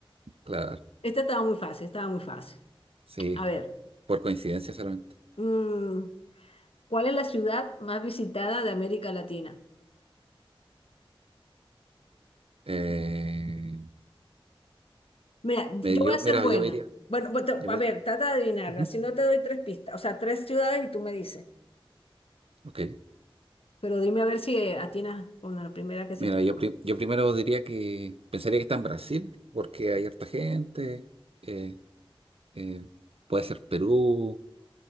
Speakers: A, on the right (about 80°); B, on the left (about 80°).
A: claro,
B: Esta estaba muy fácil, estaba muy fácil.
A: sí,
B: A ver,
A: por coincidencia solamente.
B: mm, ¿cuál es la ciudad más visitada de América Latina?
A: Eh,
B: Mira,
A: me
B: yo
A: dio-
B: voy a ser
A: mira,
B: buena.
A: yo me diría,
B: Bueno, bu- te-
A: yo
B: a
A: me,
B: ver, trata de adivinar.
A: Ujú,
B: Así no te doy tres pistas, o sea, tres ciudades y tú me dices.
A: ok.
B: Pero dime a ver si eh, atinas con la primera que
A: Mira,
B: se te ocurra.
A: yo, pri- yo primero diría que pensaría que está en Brasil, porque hay harta gente. eh, eh, puede ser Perú.